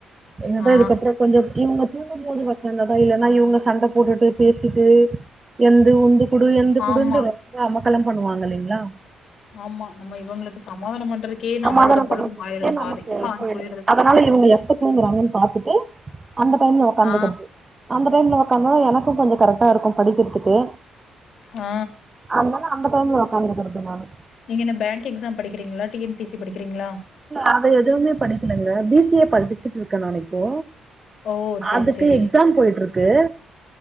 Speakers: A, on the right; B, on the left.
A: அத
B: ஆ,
A: இதுக்கப்ரோ கொஞ்சோ இவங்க திரும்பும்போது ஒக்காந்தா தா இல்லன்னா இவுங்க சண்ட போட்டுட்டு பேசிட்டு எந்து உந்து குடு எந்த குடுன்ற
B: ஆமா,
A: ரொம்ப அமக்கலம் பண்ணுவாங்க இல்லைங்களா
B: ஆமா நம்ம இவங்களுக்கு சமாதானம் பண்றக்கே
A: சமாதானம்
B: நம்மளோட பொழுது
A: பண்றதுக்கே
B: பாய்றது பாதி
A: நமக்கு
B: பாதி
A: போயிடுது
B: போய்ருது
A: அதனால இவங்க எப்ப தூங்குறாங்கன்னு பாத்துட்டு அந்த டைமுல உக்காந்துக்கறது
B: ஆ,
A: அந்த டைம்ல உக்காந்தனா எனக்கும் கொஞ்சம் கரெக்டா இருக்கு படிக்கறதுக்கு
B: ஆ
A: அதனால அந்த டைம்ல ஒக்காந்துக்கறது நானு
B: நீங்க என்ன பேங் எக்ஸாம் படிக்கிறீங்ளா டிஎன்பிசி படிக்கிறீங்ளா
A: அது எதுவுமே படிக்கலங்க பிசிஏ படிச்சிட்டுருக்கே நா இப்போ
B: ஓ! சரி,
A: அதுக்கு
B: சரி.
A: எக்சாம் போயிட்ருக்கு